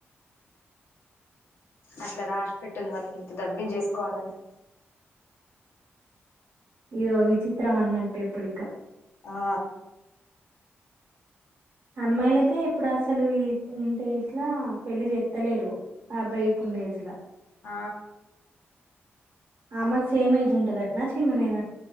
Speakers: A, on the left; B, on the right.
A: అట్లా రాసి పెట్టింది వాళ్ళకి ఇంత దబ్బిం చేసుకోవాలని
B: ఇదో విచిత్రం అన్నట్టు ఇప్పుటిగా
A: ఆ
B: అమ్మాయిలకే ఇప్పుడు అసలు ఈ ఇంత ఏజ్లా పెళ్లి చెత్తలేరు ఆ బైకునేజలా
A: ఆ
B: ఆమ సేమ్ ఏజ్ ఉంటుంది అటనా చిన్న నేన